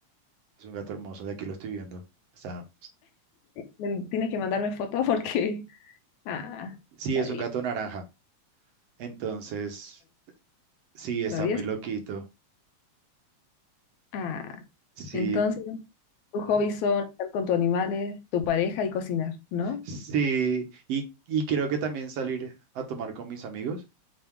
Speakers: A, on the right; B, on the left.
A: es un gato hermoso, de aquí lo estoy viendo. Está,
B: Men- Tienes que mandarme fotos porque... Ah,
A: sí,
B: está
A: es
B: bien.
A: un gato naranja. Entonces, sí, está
B: Travieso.
A: muy loquito.
B: Ah,
A: Sí,
B: entonces... Tus
A: ujú.
B: hobbies son estar con tus animales, tu pareja y cocinar, ¿no?
A: Sí, y, y creo que también salir a tomar con mis amigos.